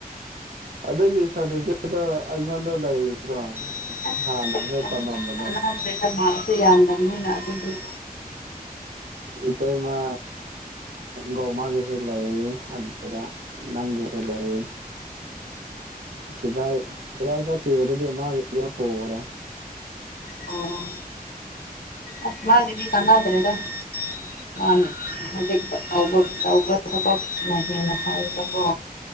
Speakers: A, on the right; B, on the left.
A: ꯑꯗꯒꯤ ꯁꯥꯗꯤꯐꯤꯀꯦꯠ ꯑꯩꯉꯣꯟꯗ ꯂꯩꯕ꯭ꯔꯣ
B: <unintelligible>
A: ꯍꯥꯟꯅ ꯑꯩꯈꯣꯏ ꯇꯝꯃꯝꯕꯗꯣ
B: ꯁꯨ ꯌꯥꯝꯗꯕꯅꯤꯅ ꯑꯗꯨꯗꯤ
A: ꯏꯇꯩꯃꯥ ꯒꯧꯃꯥꯒꯤꯁꯨ ꯂꯩ ꯗ ꯆꯠꯂꯔꯤ ꯁꯤꯚꯥꯏ ꯁꯤꯚꯥꯏ ꯆꯠꯈꯤꯕꯗꯨꯗꯤ ꯃꯥꯒꯤꯗꫭ ꯄꯤꯒ꯭ꯔꯦ꯫
B: ꯑꯣ ꯑꯁ ꯃꯥꯒꯤꯗꯤ ꯀꯅꯥꯗ꯭ꯔꯦꯗ ꯃꯥꯅ꯫ ꯍꯧꯖꯤꯛꯇ ꯇꯧꯕ ꯇꯧꯕ ꯊꯕꯛꯅ ꯍꯦꯟꯅ ꯐꯌꯦꯕꯀꯣ꯫